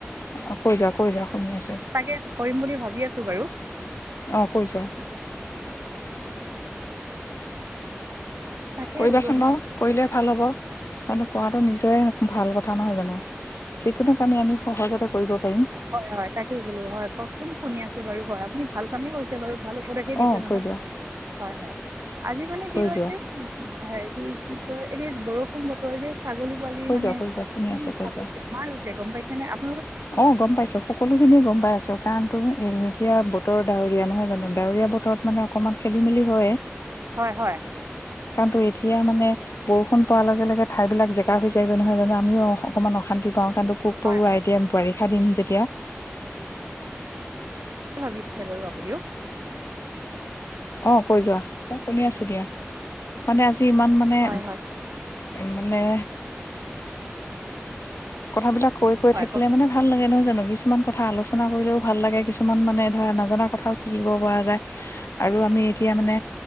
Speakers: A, on the left; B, on the right.
A: অ কৈ যোৱা কৈ যোৱা শুনি আছো
B: তাকে কৰিম বুলি ভাবি আছো বাৰু
A: অ কৈ যোৱা
B: তাকে
A: কৰিবাচোন
B: বোলো হয়
A: বাৰু কৰিলে ভাল হ'ব কাৰণ কৰাটো নিজৰে ভাল কথা নহয় জানো যিকোনো কামেই আমি সহজতে কৰিব পাৰিম
B: হয় হয় তাকে বোলো হয় কওকচোন শুনি আছো বাৰু হয় আপুনি ভাল কামেই কৰিছে বাৰু ভাল উপদেশেই দিছে
A: অ
B: নহয়
A: কৈ যোৱা
B: হয় হয় আজি মানে
A: কৈ
B: কি হয়
A: যোৱা
B: হেৰি কি কয় এই বৰষুণ বতৰ যে ছাগলী পোৱালি
A: কৈ
B: মানে
A: যোৱা কৈ যোৱা শুনি
B: মানে
A: আছো
B: ইমান
A: কৈ যোৱা
B: বেমাৰ হৈছে গম পাইছো <unintelligible>
A: অ গম পাইছো সকলোখিনিয়ে গম পাই আছো কাৰণ এ এতিয়া বতৰ ডাৱৰীয়া নহয় জানো ডাৱৰীয়া বতৰত মানে অকমান খেলি মেলি হয়
B: হয় হয়
A: কাৰণ তো এতিয়া মানে বৰষুণ পোৱাৰ লগে লগে ঠাই বিলাক জেকাহৈ যায়গৈ নহয় জানো আমিও অকনমান অশান্তি পাওঁ টো পোক
B: হয়
A: পৰু আই দিয় আই দিব পাৰি হে দিম যেতিয়া
B: ভাবিছে বাৰু আপুনিও
A: অ কৈ যোৱা অ শুনি আছো দিয়া মানে আজি যিমান মানে
B: হয় হয়
A: মানে কথাবিলাক কৈ কৈ
B: হয়
A: থাকিলে
B: কওক
A: মানে ভাল লাগে নহয় জানো কিছুমান কথা আলোচনা কৰিলেও ভাল লাগে কিছুমান মানে নাজানা কথাও শিকিব পৰা যায় আৰু আমি এতিয়া মানে